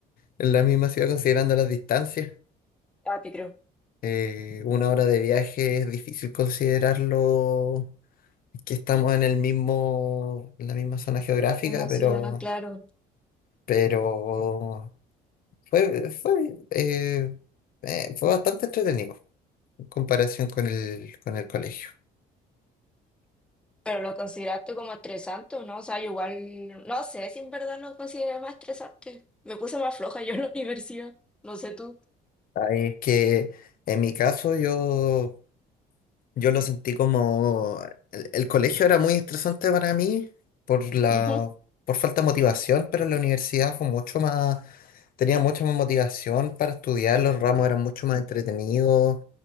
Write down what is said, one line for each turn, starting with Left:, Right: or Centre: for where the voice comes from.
Left: en la misma ciudad considerando las distancias.
Centre: Papi, creo.
Left: Eh, una hora de viaje es difícil considerarlo que estamos en el mismo, en la misma zona geográfica,
Centre: En mi ciudad,
Left: pero,
Centre: claro.
Left: pero Fue, fue, eh, eh, fue bastante entretenido en comparación con el, con el colegio.
Centre: Pero lo consideraste como estresante o no, o sea, yo igual, no sé si en verdad lo consideré más estresante. Me puse más floja yo en la <laughs> universidad, no sé tú.
Left: Ahí es que en mi caso yo, yo lo sentí como... El, el colegio era muy estresante para mí por la,
Centre: Ujú.
Left: por falta de motivación, pero la universidad fue mucho más... Tenía mucha más motivación para estudiar, los ramos eran mucho más entretenidos